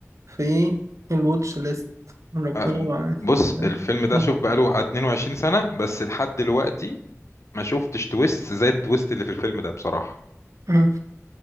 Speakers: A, on the right (about 70°); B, on the left (about 60°).
A: في الواتش ليست ربنا
B: أه،
A: معاك
B: بص
A: مم،
B: الفيلم ده
A: مم،
B: شوف بقاله على 22 سنه بس لحد دلوقتي ما شفتش تويست زي التويست اللي في الفيلم ده بصراحه
A: مم.